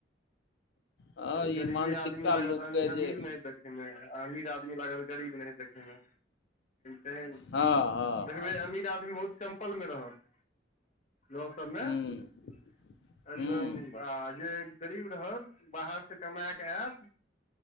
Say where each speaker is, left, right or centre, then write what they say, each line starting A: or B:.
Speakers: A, on the left; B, on the left.
A: हँ ई
B: गरीबे
A: मानसिकता
B: आदमी लागत
A: लोकके
B: अमीर
A: जे
B: नाहित देखैमे आ अमीर आदमी लागल गरीब नाहित देखै मे देखबै
A: हँ हँ
B: अमीर आदमी बहुत सिम्पल मे रहत गाँव सबमे
A: हँ
B: एकदम
A: हुँ हुँ
B: आ जे गरीब रहत बाहर से कमाके एत